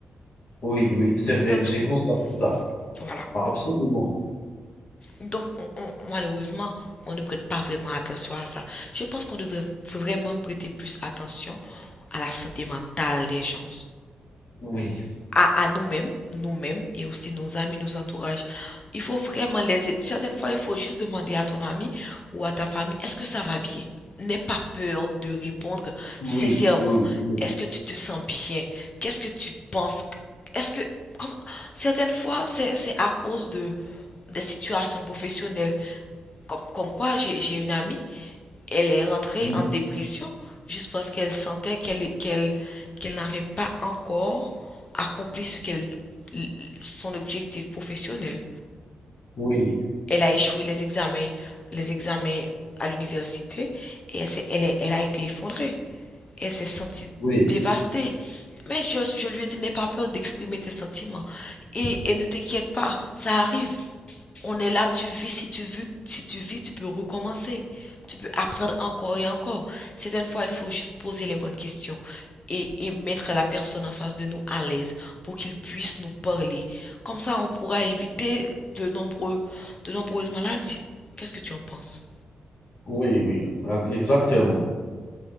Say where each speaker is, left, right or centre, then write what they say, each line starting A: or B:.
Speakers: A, on the left; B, on the left.
A: Oui, oui, c'est
B: C'est
A: vrai,
B: un trouble.
A: j'ai constaté ça.
B: Voilà.
A: Absolument.
B: Donc, on- on- malheureusement, on ne prête pas vraiment attention à ça. Je pense qu'on devrait vraiment prêter plus attention à la santé mentale des gens
A: Oui,
B: à, à nous-mêmes, nous-mêmes et aussi nos amis, nos entourages. Il faut vraiment les aider. Certaines fois, il faut juste demander à ton ami ou à ta famille, est-ce que ça va bien? N'aie pas peur de répondre
A: oui,
B: sincèrement.
A: oui, oui,
B: Est-ce que tu te sens bien? Qu'est-ce que tu penses? Est-ce que comme- certaines fois, c'est c'est à cause de des situations professionnelles comme, comme quoi j'ai j'ai une amie elle est rentrée
A: oui,
B: en dépression juste parce qu'elle sentait qu'elle qu'elle qu'elle n'avait pas encore accompli ce qu'elle son objectif professionnel.
A: oui,
B: Elle a échoué les examens les examens à l'université et elle, s'est- elle, est- elle a été effondrée. Elle s'est sentie
A: oui,
B: dévastée. Mais je, je lui ai dit, n'aie pas peur d'exprimer tes sentiments. Et, et ne t'inquiète pas, ça arrive. On est là, tu vis, si tu vis, si tu vis, tu peux recommencer. Tu peux apprendre encore et encore. Certaines fois, il faut juste poser les bonnes questions et, et mettre la personne en face de nous à l'aise pour qu'il puisse nous parler. Comme ça, on pourra éviter de, nombreux, de nombreuses maladies. Qu'est-ce que tu en penses?
A: oui, oui, ah, exactement,